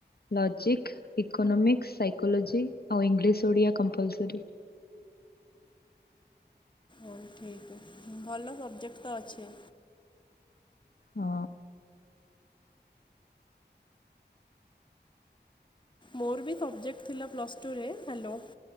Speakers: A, on the left (about 60°); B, on the left (about 25°).
A: logic economics psychology ଆଉ ଇଂଲିଶ ଓଡ଼ିଆ କମ୍ପଲସରି।
B: ହଉ ଠିକ୍ ଭଲ ସବଜେକ୍ଟ ତ ଅଛି।
A: ହଁ।
B: ମୋର ବି ସବଜେକ୍ଟ ଥିଲା ପ୍ଲସ୍ ଟୁରେ ହ୍ୟାଲୋ